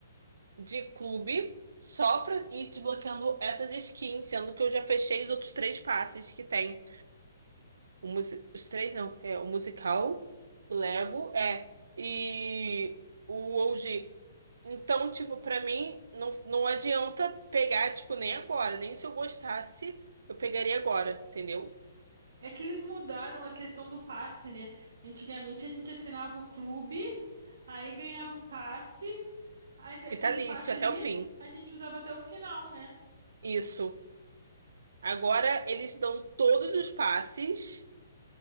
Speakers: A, on the right; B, on the right.
A: de clube só pra ir desbloqueando essas skins, sendo que eu já fechei os outros três passes que tem. O musi- os três não, é o musical, o Lego, é, e o OG. Então, tipo, pra mim, não, não adianta pegar, tipo, nem agora. Nem se eu gostasse, eu pegaria agora, entendeu?
B: É que eles mudaram a questão do passe, né? Antigamente a gente assinava o clube, aí ganhava o passe, aí ve-
A: Vitalício
B: aquele passe
A: até
B: ali
A: o fim.
B: a gente usava até o final, né?
A: Isso. Agora eles dão todos os passes.